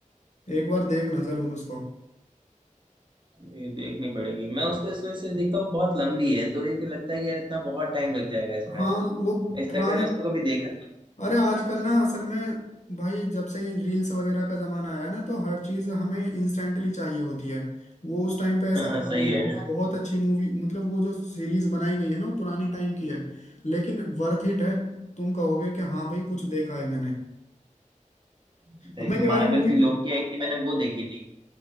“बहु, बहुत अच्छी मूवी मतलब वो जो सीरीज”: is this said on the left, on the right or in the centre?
Left